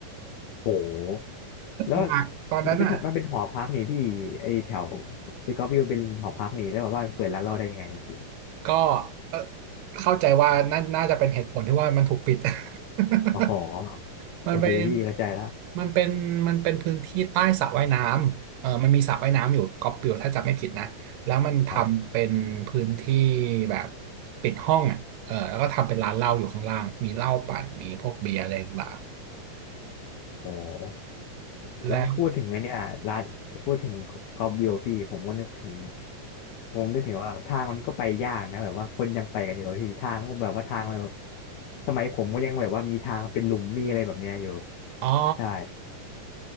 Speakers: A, on the left (about 75°); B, on the right (about 80°).
A: โหแล้ว
B: หนักตอนนั้นอ่ะ
A: มันเป็นมันเป็นหอพักนี่พี่ไอแถวไอก็วิวเป็นหอพักนี่แล้วแบบว่าเปิดร้านเราได้ยังไงพี่
B: ก็เอ่อเข้าใจว่าน่าน่าจะเป็นเหตุผลที่ว่ามันถูกปิด <laughs>
A: อ๋อโอเคพี่เข้าใจแล้ว
B: มันเป็นมันเป็นมันเป็นพื้นที่ใต้สระว่ายน้ำเออมันมีสระว่ายน้ำอยู่กอบปิวถ้าจำไม่ผิดนะแล้วมันทำเป็นพื้นที่
A: ครับ
B: แบบปิดห้องอ่ะเออแล้วก็ทำเป็นร้านเหล้าอยู่ข้างล่างมีเหล้าปั่นมีพวกเบียร์อะไรต่าง
A: โอ้
B: ๆแล้ว
A: แล้วพูดถึงไอเนี่ยร้านพูดถึงก็วิวพี่ผมก็นึกถึงผมนึกถึงว่าทางมันก็ไปยากนะแบบว่าคนยังไปกันอยู่อะพี่ทางก็แบบว่าทางมันแบบสมัยผมก็ยังแบบว่ามีทางเป็นหลุมมีอะไรแบบเนี้ยอยู่
B: อ๋อ
A: ใช่